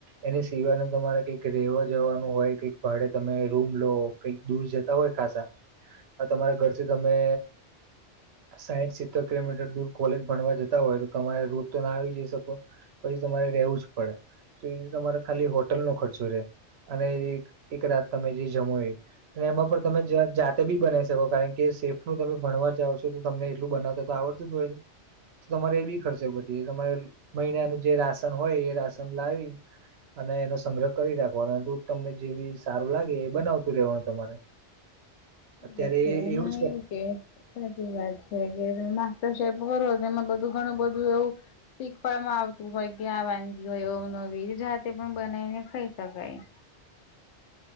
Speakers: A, on the right; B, on the left.
A: એની સિવાયને તમારે કઈક રેવા જવાનું હોય કઈક ભાડે તમે રૂમ લો. કઈક દૂર જતા હોય ખાસા. હ તમાયા ઘરથી તમે. સાઈઠ સિત્તેર કિલોમીટર દૂર કોલેજ ભણવા જતા હોય. તમાયે રોજ તો ના આવી જઈ શકો, પછી તમાયે રેવું જ પડે. તો ઈ રે તમારે ખાલી હોટલ નો ખર્ચો રે અને એક રાત તમે જી જમો એ. અને એમાં પણ તમે જા જાતે બી બનાવી શકો, કારણ કે સેફ નું તમે ભણવા જાાવ છો તો તમને એટલું બનાવતા તો. આવડતું જ હોય ને, તો તમારે એ બી જે તમારે મહિનાનું જે રાસન હોય એ રાસન લાવી. અને એનો સંગ્રહ કરી રાખવાનો રુજ તમને જે બી સારુ લાગે એ બનાવતું રેવાનું તમારે. અત્યારે
B: કે કેમ
A: એવું
B: આયું?
A: જ
B: કે સાચી વાત છે, કે તમે માસ્ટર શેફ કરો એમાં બધું ઘણું બધું એવું. શીખપણમાં આવતું હોય, કે આ વાનગી ઓય અવનવી જાતે પણ બનાવીને ખાઈ શકાય.